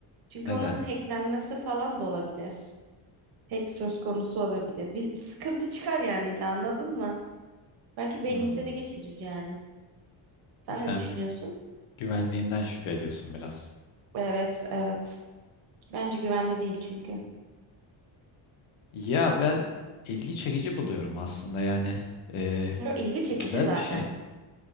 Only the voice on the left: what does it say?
Neden?
Hmm.
E, Sen
güvenliğinden şüphe ediyorsun biraz.
Ya ben ilgi çekici buluyorum aslında yani e,
güzel
bir şey.